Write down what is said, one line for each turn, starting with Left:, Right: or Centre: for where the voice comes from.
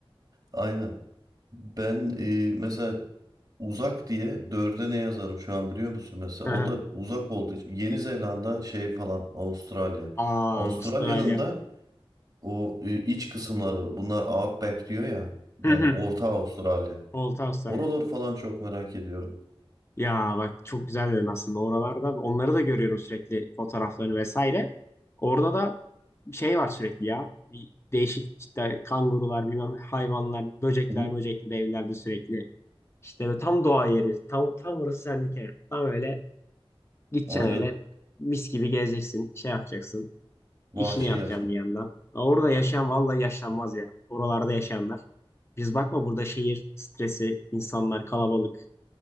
Right: Aynen. Ben e, mesela uzak diye dörde ne yazarım şu an biliyor musun? Mesela
Left: <laughs> Aa
Right: o da uzak olduğu için Yeni Zelanda şey falan Avustralya.
Left: Avustralya.
Right: Avustralya'nın da o e, iç kısımları bunlar Outback diyor ya. Yani
Left: Hı hı.
Right: Orta Avustralya.
Left: Olta Avustralya.
Right: Oraları falan çok merak ediyorum.
Left: Ya bak çok güzel dedin aslında oralarda. Onları da görüyorum sürekli fotoğraflarını vesaire. Orada da şey var sürekli ya. Bir değişik işte kangurular bilmem hayvanlar, böcekler,
Right: Hı hı.
Left: böcekli evlerde sürekli. İşte böyle tam doğa yeri. Tam, tam orası sendike. Tam öyle Gideceksin
Right: Aynen.
Left: öyle mis gibi gezeceksin, şey yapacaksın,
Right: Vahşi
Left: işini yapacaksın
Right: yaşam.
Left: bir yandan. Ha, Orada yaşayan vallahi yaşanmaz ya. Oralarda yaşayanlar. Biz bakma burada şehir stresi, insanlar kalabalık